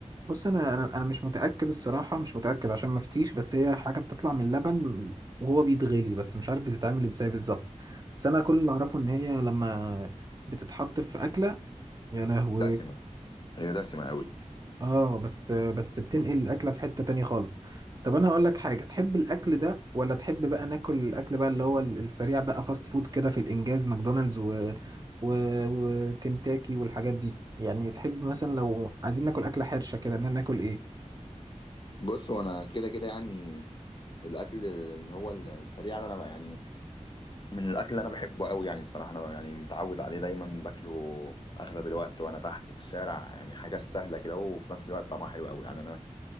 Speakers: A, on the right; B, on the left.
A: بص انا انا انا مش متاكد الصراحه مش متاكد عشان ما افتيش بس هي حاجه بتطلع من اللبن وهو بيتغلي بس مش عارف بتتعمل ازاي بالظبط بس انا كل اللي اعرفه ان هي لما بتتحط في اكله يا لهوي
B: دسمه هي دسمه قوي
A: اه بس بس بتنقل الاكله في حته تانية خالص طب انا هقول لك حاجه تحب الاكل ده ولا تحب بقى ناكل الاكل بقى اللي هو ال- السريع بقى فاست فود كده في الانجاز ماكدونالدز و... و... وكنتاكي والحاجات دي يعني تحب مثلا لو عايزين ناكل اكله حرشه كده ان ناكل ايه
B: بص هو انا كده كده يعني الاكل اللي هو السريع ده انا بقى يعني من الاكل اللي انا بحبه قوي يعني الصراحه انا يعني متعود عليه دايما باكله اغلب الوقت وانا تحت في الشارع يعني حاجه سهله كده وفي نفس الوقت طعمها حلو قوي يعني انا